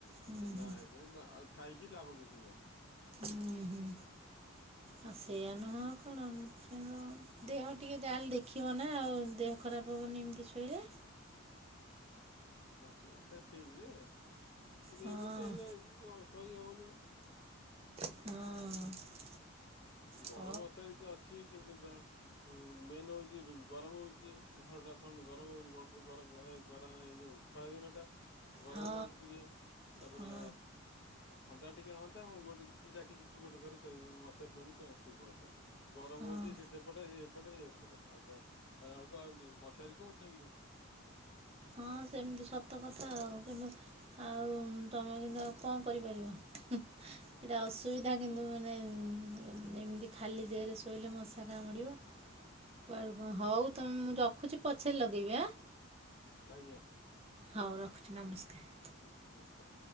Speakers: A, on the right (about 25°); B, on the left (about 50°).
A: ହୁଁ
B: ନାଇଁଯେ ଆଉ ଥାଇ କି ଲାଭ କିଛି ନାହିଁ।
A: ହୁଁ ହୁଁ। ଆଉ ସେଇୟା ନୁହଁ କଣ କିନ୍ତୁ ଦେହ ଟିକେ ଯାହାହେଲେ ଦେଖିବନା। ନା ଆଉ ଦେହ ଖରାପ ହେବନି ଏମିତି ଶୋଇଲେ।
B: ହଁ ସେଇଟା ଠିକ୍ ଯେ କିନ୍ତୁ
A: ହଁ
B: ଏମିତି ହେଲେ ସେ କଣ ଶୋଇ ହଉନି।
A: ହଁ। ହ
B: ବଳ ବଶାରୀ ତ ଅଛି କିନ୍ତୁ ତା ମେନ୍ ହଉଛି ଗରମ ହଉଛି ଘରଟା ଥଣ୍ଡା ଗରମ ହଉଛି ଗର ଗର ଏ ଯୋଉ ଖରାଦିନ ଟା ଗରମ
A: ହଁ
B: ରହୁଛି ଟିକେ ତାପରେ
A: ହଁ
B: ଥଣ୍ଡା ଟିକେ ହଅନ୍ତା ମୁଁ ଗୋଟେ ଜାକିଜୁକି ଗୋଟେ ଘରେ ଶୋଇ ମଶାରି ଲଗେଇକି ତ ଶୋଇ ପଡନ୍ତା। ଗରମ
A: ହଁ।
B: ହଉଛି ସେ ସେପଟେ ସେ ଏପଟେ ଏପଟେ ଆଉ କ ହେଲା ବେଳକୁ ଆଉ ମଶାରୀ କୋଉଠି ଟାଙ୍ଗିବ?
A: ହଁ ସେମିତି ସତ କଥା ଆଉ କିନ୍ତୁ ଆଉ ତମେ କିନ୍ତୁ ଆଉ କଣ କରିପାରିବ? ସେଟା ଅସୁବିଧା କିନ୍ତୁ ମାନେ ଏମିତି ଖାଲି ଦେହରେ ଶୋଇଲେ ମଶା କାମୁଡ଼ିବ। କୁଆଡ଼େ କଣ ହଉ ତମେ ମୁଁ ରଖୁଛି ପଛରେ ଲଗେଇବି ଆଁ?
B: ଆଜ୍ଞା।
A: ହଉ ରଖୁଛି ନମସ୍କାର।
B: ଉ ନମସ୍କାର।